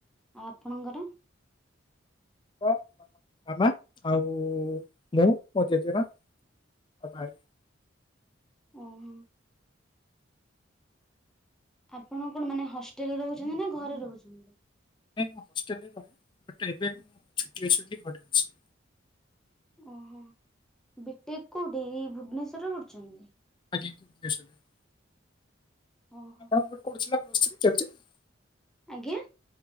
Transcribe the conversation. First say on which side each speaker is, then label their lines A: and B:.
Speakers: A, in the centre; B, on the left (about 25°).
A: ଆଉ ଆପଣଙ୍କର?
B: <unintelligible> ମାମା ଆଉ ମୁଁ ମୋ ଜେଜେର ଆଉ ଭାଇ।
A: ଓହୋ। ଆପଣ କଣ ମାନେ ହଷ୍ଟେଲରେ ରହୁଛନ୍ତି ନା ଘରେ ରହୁଛନ୍ତି?
B: ନାଇଁ ମୁଁ ହଷ୍ଟେଲରେ ରହେ ବଟ ଏବେ ମୁଁ ଛୁଟି ଅଛି ବୋଲି ଘରେ ଅଛି।
A: ଓହୋ ବିଟେକ କୋଉଠି ଏଇ ଭୁବନେଶ୍ଵରରେ କରୁଛନ୍ତି?
B: ଆଜ୍ଞା ଭୁବନେଶ୍ୱର ରେ। ଆପଣ
A: ଓହୋ
B: <unintelligible> ଚାଲଛି?
A: ଆଜ୍ଞା?